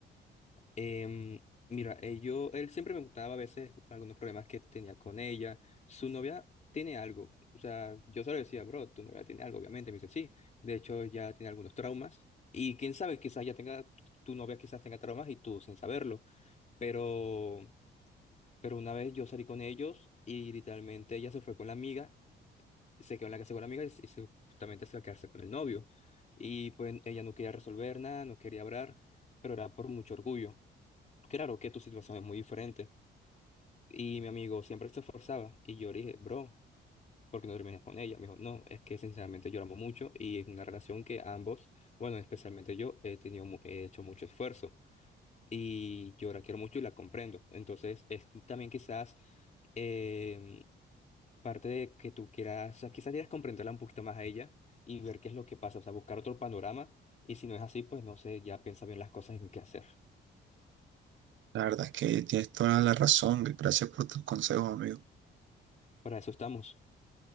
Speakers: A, on the left; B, on the right.
A: Em, mira, eh, yo- él siempre me contaba a veces algunos problemas que tenía con ella. Su novia tiene algo. O sea, yo solo decía, bro, tu novia tiene algo, obviamente. Me dice, sí. De hecho, ya tiene algunos traumas. Y quién sabe, quizás ya tenga, tu novia quizás tenga traumas y tú sin saberlo. Pero Pero una vez yo salí con ellos y literalmente ella se fue con la amiga, se quedó en la casa con la amiga y se- y se- justamente se iba a quedarse con el novio. Y pues ella no quería resolver nada, no quería hablar, pero era por mucho orgullo. Claro que tu situación es muy diferente. Y mi amigo siempre se esforzaba y yo le dije, bro, ¿por qué no terminas con ella? Me dijo, no, es que sinceramente lloramos mucho y es una relación que ambos, bueno, especialmente yo, he tenido, mu- he hecho mucho esfuerzo y yo la quiero mucho y la comprendo. Entonces es también quizás... em, parte de que tú quieras, o sea, quizás quieras comprenderla un poquito más a ella y ver qué es lo que pasa, o sea, buscar otro panorama y si no es así, pues no sé, ya piensa bien las cosas en qué hacer.
B: La verdad es que tienes toda la razón. Gracias por tus consejos, amigo.
A: Para eso estamos.